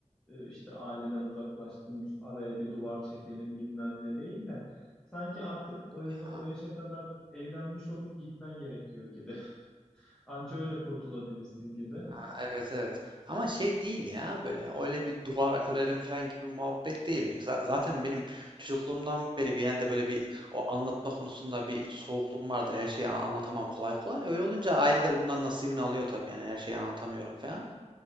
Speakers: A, in the centre; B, on the right (about 40°).
A: e, işte aileden uzaklaştım, araya bir duvar çekelim bilmem ne değil de sanki artık o, yaza-
B: Ya.
A: o yaşa kadar evlenmiş olup gitmen gerekiyor gibi. <laughs> Anca öyle kurtulabilirsin gibi.
B: Ha, evet evet. Ama şey değil ya böyle öyle bir duvar örelim falan gibi bir muhabbet değil benim. Za- Zaten benim çocukluğumdan beri genelde böyle bir o anlatma konusunda bir soğukluğum vardır. Her şeyi an- anlatamam kolay kolay. Öyle olunca ailede de bundan nasibini alıyor tabii yani her şeyi anlatamıyorum falan.